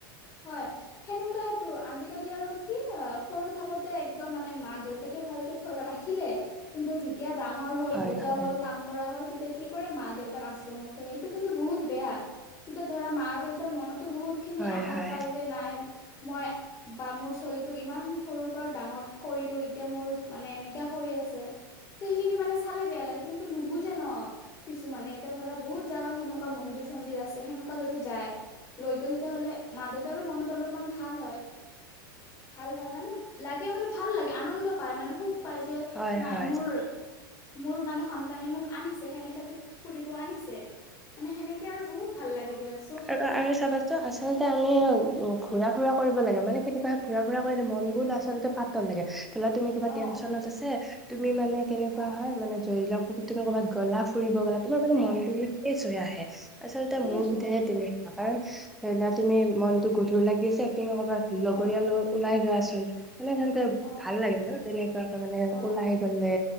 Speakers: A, on the left; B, in the centre.
A: হয়। সেনেকুৱাইতো, আজিকালি আৰু কি সৰু থাকোতে একদম মানে মা-দেউতাকে ভালকে - থ ৰাখিলে কিন্তু যেতিয়া ডাঙৰ হ'ল
B: হয়
A: বুজা
B: হয়
A: হ'ল কাম - কৰা হ'ল, তেতিয়া কি কৰে মা-দেউতাক আশ্ৰমত থৈ আহে, সেইটো কিন্তু বহুত বেয়া। তেতিয়া ধৰা মা-দেউতাৰ মনতো বহুত খিনি
B: হয়
A: আঘাত
B: হয়
A: পায় যায়, নাই মই - বা মোৰ ছোৱালীটোক ইমান সৰুৰ পৰা ডাঙৰ কৰিলো, এতিয়া মোৰ মানে এনেকুৱা কৰি আছে। টো সেইখিনি মানে চালে বেয়া লাগে কিন্তু নুবুজে ন'। কিছুমানে এতিয়া ধৰা বহুত জাগাত সেনেকুৱা মন্দিৰ-চন্দিৰ আছে - সেনেকুৱা যদি যায়, লৈ গৈ তেতিয়া হ'লে মাঁ-দেউতাৰো মনত অলপ ভাল হয়। ভাল হয় মানে লাগে মানে ভাল লাগে আনন্দ পায় মানে সুখ পায় যে
B: হয়
A: নাই
B: হয়
A: মোৰ - মোৰ মানে সন্তানে মোক আনিছে সেনেকাকে ফুৰিব আনিছে - মানে সেনেকে আৰু বহুত - ভাল লাগে দিয়ক।
B: আৰু আৰে চাবা ত আচলতে আমি উ ঘূৰা-ফুৰা কৰিব লাগে, মানে কেতিয়াবা ঘূৰা-ফুৰা কৰিলে মনবোৰ আচলতে পাতল লাগে। ধৰি লোৱা তুমি কিবা
A: অ
B: টেনশ্যনত আছে, তুমি মানে কেনেকুৱা
A: অ
B: হয় মানে <unintelligible> তুমি ক'ৰবাত গ'লা ফুৰিব গলা তোমাৰ মানে
A: অ
B: মনটো ফ্ৰেছ হৈ আহে আচলতে
A: ফ্ৰেছ
B: মোৰ
A: হৈ
B: বোধেৰে
A: আহে
B: আকাৰেণ ধৰি লোৱা তুমি মনটো গধুৰ লাগিছে তুমি কৰ'বাত লগৰীয়াৰ
A: অ
B: লগত ওলাই যোৱাচোন মানে হেলটেব
A: অ
B: ভাল লাগে ন তেনেকুৱাকে মানে
A: অ
B: ওলাই গ'লে।